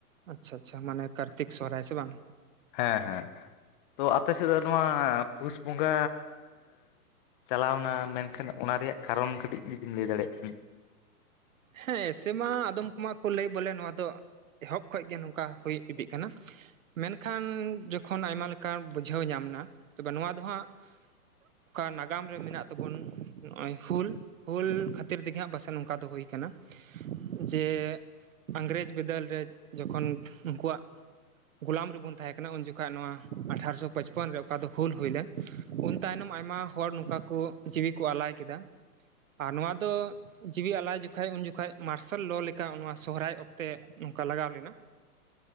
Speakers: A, on the right; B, on the left.
A: ᱟᱪᱪᱷᱟ ᱟᱪᱪᱷᱟ ᱢᱟᱱᱮ ᱠᱟᱨᱛᱤᱠ ᱥᱚᱦᱨᱟᱭ ᱥᱮ ᱵᱟᱝ
B: ᱦᱮᱸ ᱦᱮᱸ ᱛᱚ ᱟᱯᱮ ᱥᱮᱫ ᱫᱚ ᱱᱚᱣᱟ ᱯᱩᱥ ᱵᱚᱸᱜᱟ ᱪᱟᱞᱟᱣᱱᱟ ᱢᱮᱱᱠᱷᱟᱱ ᱚᱱᱟ ᱨᱮᱭᱟᱜ ᱠᱟᱨᱚᱱ ᱠᱟᱹᱴᱤᱡ ᱡᱩᱫᱤᱵᱤᱱ ᱞᱟᱹᱭ ᱫᱟᱲᱮᱭᱟᱜ ᱠᱷᱱᱟ
A: ᱦᱮᱸ ᱮᱥᱮ ᱢᱟ ᱟᱫᱚᱢ ᱠᱚᱢᱟ ᱠᱚ ᱞᱟᱹᱭ ᱵᱚᱞᱮ ᱱᱚᱣᱟ ᱫᱚ ᱮᱦᱚᱵ ᱠᱷᱚᱡ ᱜᱮ ᱱᱚᱝᱠᱟ ᱦᱩᱭ ᱤᱫᱤᱜ ᱠᱟᱱᱟ ᱢᱮᱱᱠᱷᱟᱱ ᱡᱚᱠᱷᱚᱱ ᱟᱭᱢᱟ ᱞᱮᱠᱟ ᱵᱩᱡᱷᱟᱹᱣ ᱧᱟᱢ ᱮᱱᱟ ᱛᱚᱵᱮ ᱱᱚᱣᱟ ᱫᱚ ᱦᱟᱸᱜ ᱚᱠᱟ ᱱᱟᱜᱟᱢ ᱨᱮ ᱢᱮᱱᱟᱜ ᱛᱟᱵᱚᱱ ᱱᱚᱜᱼᱚᱭ ᱦᱩᱞ ᱦᱩᱞ ᱠᱷᱟᱹᱛᱤᱨ ᱛᱮᱜᱮ ᱦᱟᱜ ᱯᱟᱥᱮᱡ ᱱᱚᱝᱠᱟ ᱫᱚ ᱦᱩᱭ ᱠᱟᱱᱟ ᱡᱮ ᱤᱝᱨᱮᱡᱽ ᱵᱤᱫᱟᱹᱞ ᱨᱮ ᱡᱚᱠᱷᱚᱱ ᱩᱱᱠᱩᱣᱟᱜ ᱜᱳᱞᱟᱢ ᱨᱮᱵᱚᱱ ᱛᱟᱦᱮᱸᱠᱟᱱᱟ ᱩᱱ ᱡᱚᱠᱷᱟᱹᱡ ᱱᱚᱣᱟ ᱟᱴᱷᱟᱨᱚᱥᱚ ᱯᱚᱪ ᱯᱚᱱ ᱨᱮ ᱚᱠᱟ ᱫᱚ ᱦᱩᱞ ᱦᱩᱭ ᱞᱮ ᱩᱱ ᱛᱟᱭᱱᱚᱢ ᱟᱭᱢᱟ ᱦᱚᱲ ᱱᱚᱝᱠᱟ ᱠᱚ ᱡᱤᱣᱤ ᱠᱚ ᱟᱞᱟᱭ ᱠᱮᱫᱟ ᱟᱨ ᱱᱚᱣᱟ ᱫᱚ ᱡᱤᱣᱤ ᱟᱞᱟᱭ ᱡᱚᱠᱷᱚᱱ ᱡᱚᱠᱷᱟ ᱩᱱ ᱡᱚᱠᱷᱟᱡ ᱢᱟᱨᱥᱟᱞ ᱞᱚ ᱞᱮᱠᱟ ᱱᱚᱣᱟ ᱥᱚᱦᱨᱟᱭ ᱚᱠᱛᱮ ᱱᱚᱝᱠᱟ ᱞᱟᱜᱟᱣ ᱞᱮᱱᱟ